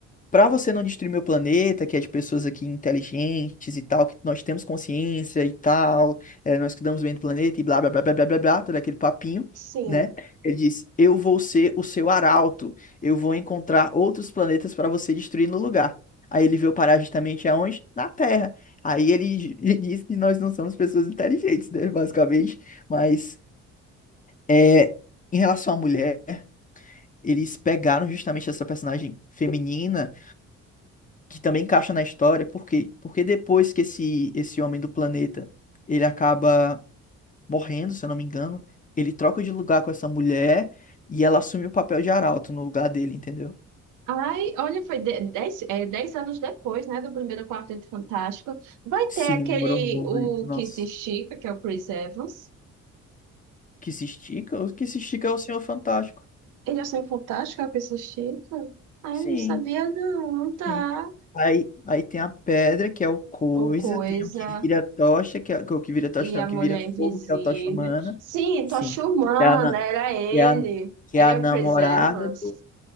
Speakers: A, on the left; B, on the right.
A: para você não destruir meu planeta, que é de pessoas aqui inteligentes e tal, que nós temos consciência e tal, é, nós cuidamos bem do planeta e blá blá blá blá blá blá, blá, todo aquele papinho,
B: Sim.
A: né? Ele diz: Eu vou ser o seu arauto, eu vou encontrar outros planetas para você destruir no lugar. Aí ele veio parar justamente aonde? Na Terra. Aí ele <laughs> diz que nós não somos pessoas inteligentes, né? Basicamente. Mas é, em relação à mulher, eles pegaram justamente essa personagem feminina que também encaixa na história, por quê? Porque depois que esse, esse homem do planeta, ele acaba morrendo, se eu não me engano, ele troca de lugar com essa mulher e ela assume o papel de arauto no lugar dele, entendeu?
B: Ai, olha, foi de- dez, é, dez anos depois, né, do primeiro Quarteto Fantástico. Vai
A: Sim,
B: ter aquele,
A: demorou muito,
B: o
A: nossa.
B: que se estica, que é o Chris Evans.
A: Que se estica? O que se estica é o Senhor Fantástico.
B: Ele achou fantástico, a pessoa chique. Ah,
A: Sim,
B: eu não sabia, não, tá?
A: sim. Aí, aí tem a pedra, que é o coisa,
B: Ou coisa.
A: tem o que vira tocha, que é que é o que vira tocha,
B: E a
A: não, o
B: mulher
A: que vira
B: invisível.
A: fogo, que é o tocha humana.
B: Sim,
A: Sim.
B: Tocha Humana,
A: Que é a, na-
B: era ele.
A: que é a, que
B: É
A: é a namorada
B: o Chris Evans.
A: do.